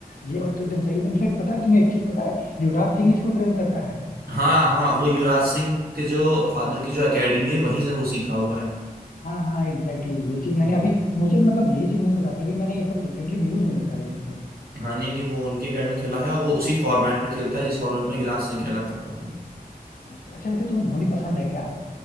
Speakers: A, on the left (about 65°); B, on the right (about 75°).
A: ये बात तो एकदम सही इनफेक्ट पता है तुम्हें एक चीज पता है युवराज सिंह इसको ट्रेन करता है
B: हाँ हाँ वो युवराज सिंह के जो फादर की जो एकेडमी है वहीं से वो सीखा हुआ है
A: हाँ हाँ एग्जैक्टली exactly. ये चीज मैंने
B: हम्म।
A: अभी मुझे मतलब ये चीज नहीं पता थी अभी मैंने ये सब रिसेंटली न्यूज में देखा ये सब तो
B: हाँ नहीं नहीं वो उनके एकेडमी खेला है और वो उसी फॉर्मेट में खेलता है जिस फॉर्मेट में युवराज सिंह खेला करता था
A: अच्छा वैसे तुम्हें धोनी पसंद है क्या